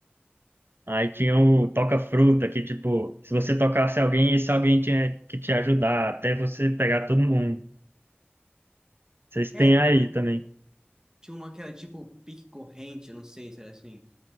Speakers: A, on the right (about 60°); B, on the right (about 15°).
A: Aí tinha o toca-fruta, que, tipo, se você tocasse alguém, esse alguém tinha que te ajudar, até você pegar todo mundo. Vocês têm
B: É,
A: aí
B: também
A: também.
B: tinha uma que era tipo pique corrente, eu não sei se era assim.